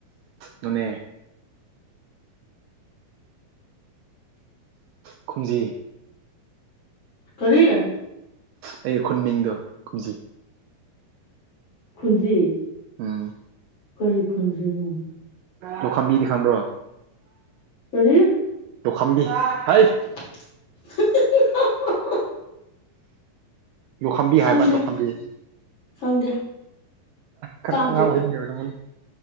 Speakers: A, on the right; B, on the left.
A: ꯅꯅꯦ ꯀꯨꯝꯖꯤꯩ
B: ꯀꯔꯤ
A: ꯑꯩꯒꯤ ꯈꯨꯟ ꯃꯤꯡꯗꯣ ꯀꯨꯝꯖꯤ
B: ꯈꯨꯟꯖꯤ
A: ꯎꯝ
B: ꯀꯔꯤ ꯈꯨꯟꯖꯤꯅꯣ
A: ꯑꯣ ꯈꯝꯕꯤꯗꯤ ꯈꯪꯕ꯭ꯔꯣ
B: ꯀꯔꯤ
A: ꯇꯣ ꯈꯝꯕꯤ ꯍꯩ
B: <unintelligible>
A: ꯂꯣꯛꯈꯝꯕꯤ
B: ꯈꯪꯗꯦ
A: ꯍꯥꯏꯕ ꯂꯣꯈꯥꯝꯕꯤ
B: ꯈꯪꯗꯦ
A: ꯈꯔ
B: ꯇꯥꯗ꯭ꯔꯤ
A: ꯑꯉꯥꯡ ꯑꯣꯏꯍꯍꯟꯕꯤ ꯇ